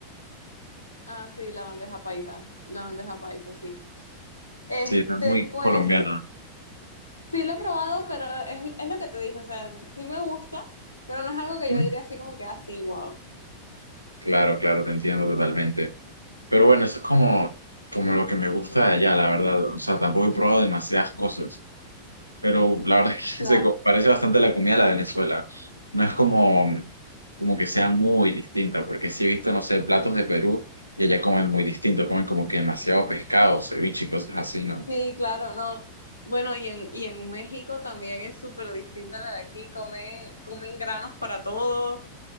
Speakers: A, on the left (about 80°); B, on the right (about 90°).
A: Ah, sí, la bandeja paisa, la bandeja paisa, sí. Este,
B: Sí, está muy
A: pues
B: colombiana.
A: sí lo he probado, pero es, es lo que te dije, o sea, sí me gusta, pero no es algo que
B: Ujú.
A: yo diría así como que así, wow.
B: Claro, claro, te entiendo totalmente. Pero bueno, eso es como, como lo que me gusta de allá, la verdad. O sea, tampoco he probado demasiadas cosas, pero la verdad es
A: Claro,
B: que <laughs> se co- parece bastante a la comida de la Venezuela. No es como, como que sea muy distinta, porque sí he visto, no sé, platos de Perú y allá comen muy distinto, comen como que demasiado pescado, ceviche y cosas así, ¿no?
A: sí, claro, no. Bueno, y en, y en México también es súper distinta a la de aquí, comen, comen granos para todo.